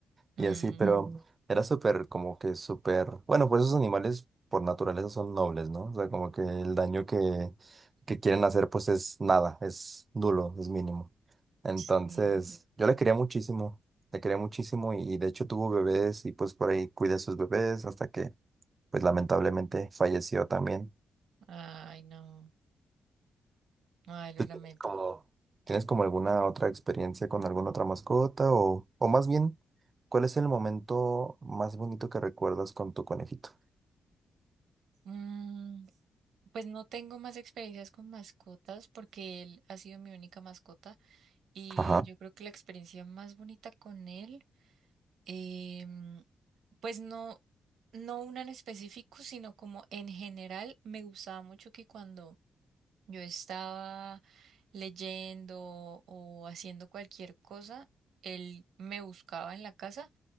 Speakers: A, on the right; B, on the right.
A: mm,
B: y así, pero Mm. era súper como que súper, bueno, pues esos animales por naturaleza son nobles, ¿no? O sea, como que el daño que, que quieren hacer pues es nada, es nulo, es mínimo. Entonces,
A: sí.
B: yo le quería muchísimo, le quería muchísimo y, y de hecho tuvo bebés y pues por ahí cuidé a sus bebés hasta que pues lamentablemente falleció también.
A: Ay, no. Ay, lo
B: ¿Tú
A: lamento.
B: tienes como, tienes como alguna otra experiencia con alguna otra mascota? O, o más bien, ¿cuál es el momento más bonito que recuerdas con tu conejito?
A: Mm, pues no tengo más experiencias con mascotas porque él ha sido mi única mascota y
B: Ajá,
A: yo creo que la experiencia más bonita con él em, Pues no, no una en específico, sino como en general me gustaba mucho que cuando yo estaba leyendo o haciendo cualquier cosa, él me buscaba en la casa